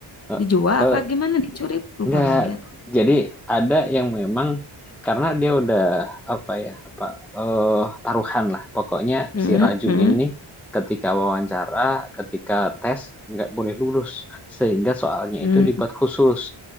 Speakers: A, in the centre; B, on the left.
A: eh,
B: dijual
A: eh,
B: apa gimana dicuri lupa
A: Enggak,
B: lagi aku
A: jadi ada yang memang karena dia udah apa ya, apa, eh taruhan lah Pokoknya
B: Mm-mm,
A: si Raju
B: mm,
A: ini ketika wawancara, ketika tes nggak boleh lulus, sehingga soalnya
B: mm.
A: itu dibuat khusus.